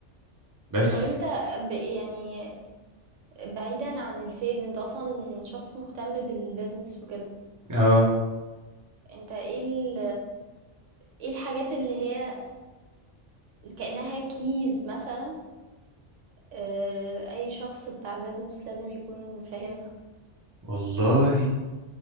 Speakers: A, on the right; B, on the right.
A: بس
B: طب انت ب... يعني بعيدا عن السيلز انت اصلا شخص مهتم بالبيزنس وكده
A: اه
B: انت ايه ال... ايه الحاجات اللي هي كأنها كيز مثلا اه، اي شخص بتاع بيزنس لازم يكون فاهمها
A: والله